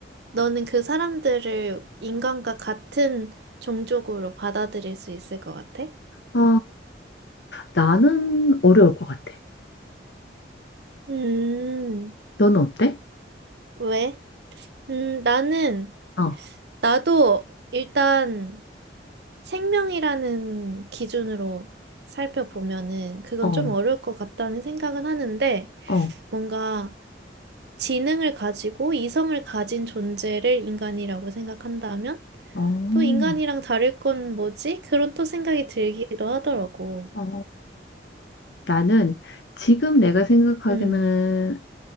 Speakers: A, on the right; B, on the left.
A: 너는 그 사람들을 인간과 같은 종족으로 받아들일 수 있을 것 같아?
B: 아, 나는 어려울 것 같아.
A: 음,
B: 너는 어때?
A: 왜? 음, 나는,
B: 어,
A: 나도 일단 생명이라는 기준으로 살펴보면은 그건
B: 어,
A: 좀 어려울 것 같다는 생각은 하는데
B: 어,
A: 뭔가 지능을 가지고 이성을 가진 존재를 인간이라고 생각한다면
B: 어,
A: 또 인간이랑 다를 건 뭐지? 그런 또 생각이 들기도 하더라고.
B: 어. 나는 지금 내가 생각하기는
A: 음,